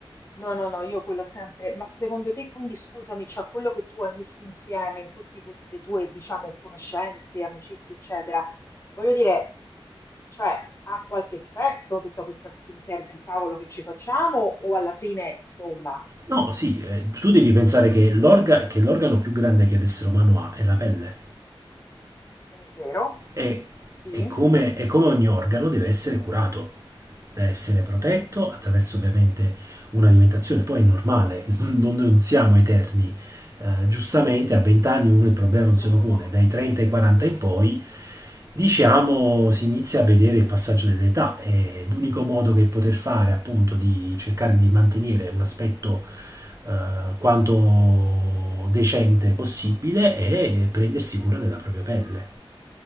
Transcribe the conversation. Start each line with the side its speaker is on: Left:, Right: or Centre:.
Left: no, no, no, io quello sempre, ma secondo te, quindi scusami, cioè quello che tu hai messo insieme in tutte queste tue, diciamo, conoscenze, amicizie, eccetera, voglio dire, cioè, ha qualche effetto tutta questa skincare del cavolo che ci facciamo o alla fine, insomma,
Right: No, sì, eh, tu devi pensare che l'orga- che l'organo più grande che l'essere umano ha è la pelle.
Left: è vero?
Right: e,
Left: Sì,
Right: e come, e come ogni organo deve essere curato, deve essere protetto attraverso ovviamente un'alimentazione. Poi è normale, non, non siamo eterni. Eh, giustamente a 20 anni uno il problema
Left: purtroppo
Right: non se lo pone,
Left: no.
Right: dai 30 ai 40 in poi diciamo si inizia a vedere il passaggio dell'età e l'unico modo che poter fare appunto di cercare di mantenere un aspetto eh, quanto decente possibile è prendersi cura della propria pelle